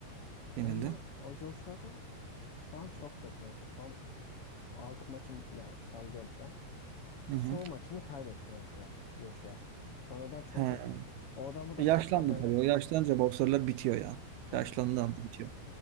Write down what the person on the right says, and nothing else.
yenildi.
Hı hı.
He.
Yaşlandı
tabii. O yaşlanınca boksörler bitiyor ya.
Yaşlandığı anda bitiyor.